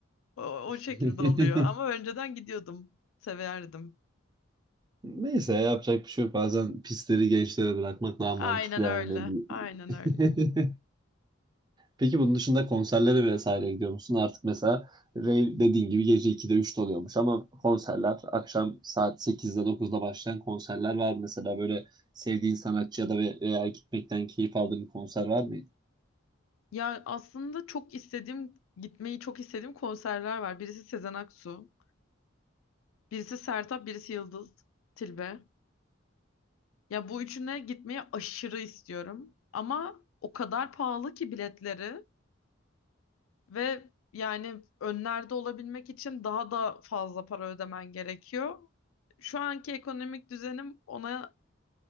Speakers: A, on the left; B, on the right.
A: O, o
B: <laughs>
A: şekilde oluyor ama önceden gidiyordum. Severdim.
B: Neyse yapacak bir şey yok. Bazen pisleri gençlere bırakmak daha mantıklı
A: Aynen
B: yani
A: öyle. Aynen öyle.
B: belli. <laughs> Peki bunun dışında konserlere vesaire gidiyor musun? Artık mesela rave dediğin gibi gece 2'de üçte oluyormuş ama konserler akşam saat 8'de 9'da başlayan konserler var mı? Mesela böyle sevdiğin sanatçı ya da ve- veya gitmekten keyif aldığın bir konser var mı?
A: Ya aslında çok istediğim, gitmeyi çok istediğim konserler var. Birisi Sezen Aksu, birisi Sertab, birisi Yıldız Tilbe. Ya bu üçüne gitmeyi aşırı istiyorum. Ama o kadar pahalı ki biletleri ve yani önlerde olabilmek için daha da fazla para ödemen gerekiyor. Şu anki ekonomik düzenim ona